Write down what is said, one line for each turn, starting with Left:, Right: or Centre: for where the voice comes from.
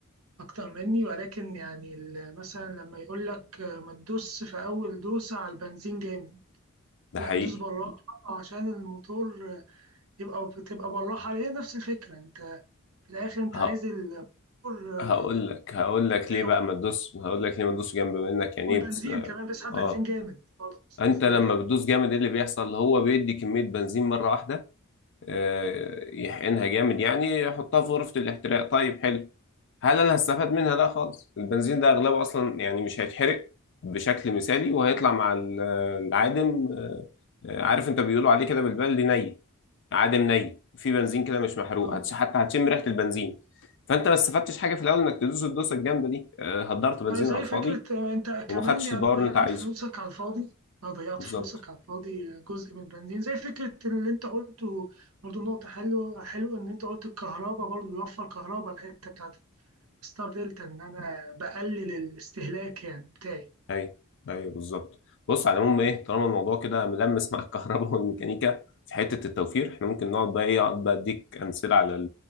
Right: اكتر مني ولكن يعني ال- مثلا لما يقول لك ما تدوس في اول دوسة على البنزين جامد
Left: ده
Right: لا
Left: حقيقي
Right: دوس بالراحة عشان الموتور يبقى بتبقى بالراحة عليه نفس الفكرة انت في الآخر انت
Left: ه...
Right: عايز الموتور
Left: هقول
Right: آه،
Left: لك هقول لك
Right: أداء
Left: ليه بقى ما تدوس هقول لك ليه ما تدوس جنب منك يعني
Right: والبنزين
Left: ايه بتس...
Right: كمان بيسحب
Left: اه
Right: بنزين جامد برضه مش
Left: انت
Right: أسباب
Left: لما بتدوس جامد ايه اللي بيحصل هو بيدي كمية بنزين مرة واحدة آه، يحقنها جامد يعني يحطها في غرفة الاحتراق طيب حلو هل انا هستفاد منها لا خالص البنزين ده اغلبه اصلا يعني مش هيتحرق بشكل مثالي وهيطلع مع ال- العادم آه، آه، عارف انت بيقولوا عليه كده بالبلدي ني عادم ني في بنزين كده مش محروق
Right: آه.
Left: هتش- حتى هتشم ريحه البنزين فانت ما استفدتش حاجه في الاول انك تدوس الدوسه الجامده دي آه، هدرت بنزين
Right: آه، زي
Left: على الفاضي
Right: فكرة آه، انت كمان
Left: وما خدتش
Right: يعني
Left: الباور اللي
Right: ضيعت
Left: انت عايزه
Right: فلوسك على الفاضي اه ضيعت
Left: بالظبط
Right: فلوسك على الفاضي آه، جزء من البنزين زي فكرة اللي انت قلته برضه نقطة حلوة حلوة ان انت قلت الكهرباء برضه بيوفر كهرباء الحتة بتاعت ستار دلتا ان انا بقلل الاستهلاك يعني بتاعي
Left: ايوه ايوه بالظبط بص على العموم ايه طالما الموضوع كده ملمس مع <laughs> الكهرباء والميكانيكا في حته التوفير احنا ممكن نقعد بقى ايه اقعد بقى اديك امثله على